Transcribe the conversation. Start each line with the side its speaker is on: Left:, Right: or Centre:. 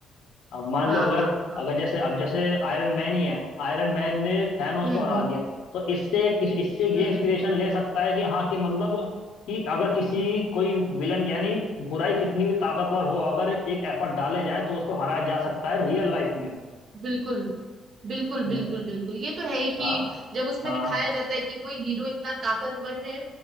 Left: अब मान
Right: हाँ
Left: लो अगर
Right: हाँ हाँ
Left: अगर जैसे अब जैसे आयरन मैन ही है आयरन मैन ने थैनोस
Right: हम्म
Left: को हरा
Right: हम्म
Left: दिया तो इससे किस इससे ये
Right: हम्म
Left: इंस्पिरेशन ले सकता है कि हाँ कि मतलब कि अगर किसी कोई विलन यानी बुराई कितनी भी ताकतवर हो अगर एक एफर्ट डाले जाए तो उसको हराया जा सकता है रियल लाइफ में भी
Right: बिल्कुल बिल्कुल
Left: हम्म
Right: बिल्कुल बिल्कुल ये तो है ही कि
Left: हाँ
Right: जब उसमें
Left: हाँ
Right: दिखाया जाता है कि कोई हीरो इतना ताकतवर है